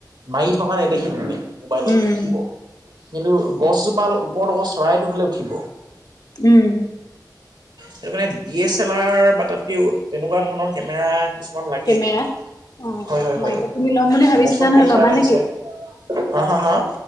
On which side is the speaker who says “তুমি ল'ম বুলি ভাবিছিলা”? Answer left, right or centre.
Left